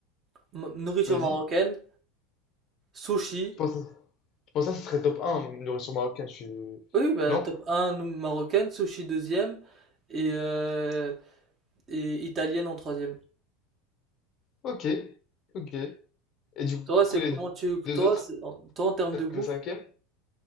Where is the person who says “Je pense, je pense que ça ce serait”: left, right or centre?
Left